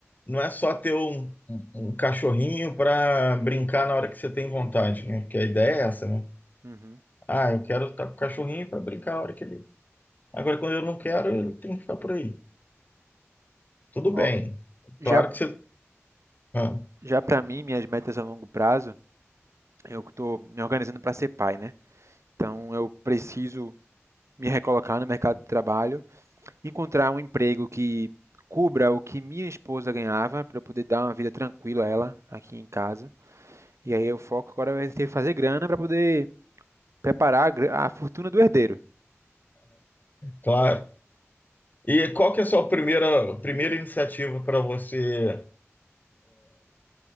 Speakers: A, on the left; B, on the right.
A: não é só ter um, um- um cachorrinho para brincar na hora que você tem vontade, né? Porque a ideia é essa, né?
B: Uhum.
A: Ah, eu quero estar com o cachorrinho para brincar a hora que ele. Agora, quando eu não quero, ele tem que ficar por aí. Tudo
B: Ó,
A: bem.
B: já,
A: Claro que você. ah,
B: já para mim, minhas metas a longo prazo, eu estou me organizando para ser pai, né? Então eu preciso me recolocar no mercado de trabalho. encontrar um emprego que cubra o que minha esposa ganhava, para eu poder dar uma vida tranquila a ela aqui em casa. E aí o foco agora vai ser fazer grana para poder preparar a gra- a fortuna do herdeiro.
A: claro. E qual que é a sua primeira, primeira iniciativa para você